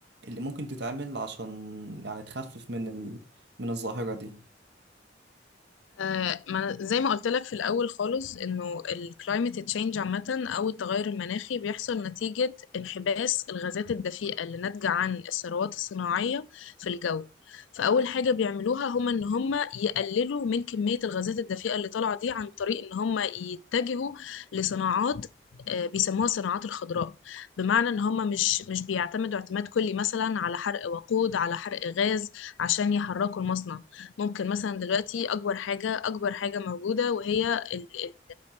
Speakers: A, on the right; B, on the left.
A: اللي ممكن تتعمل عشان يعني تخفف من ال... من الظاهرة دي
B: آه، ما أنا- زي ما قلت لك في الأول خالص إنه الكلايمت تشينج عامة أو التغير المناخي بيحصل نتيجة انحباس الغازات الدفيئة اللي ناتجة عن الثروات الصناعية في الجو فأول حاجة بيعملوها هما إن هما يقللوا من كمية الغازات الدفيئة اللي طالعة دي عن طريق إن هما يتجهوا لصناعات آه، بيسموها الصناعات الخضراء بمعنى ان هم مش مش بيعتمدوا اعتماد كلي مثلا على حرق وقود على حرق غاز عشان يحركوا المصنع ممكن مثلا دلوقتي اكبر حاجه اكبر حاجه موجوده وهي ال-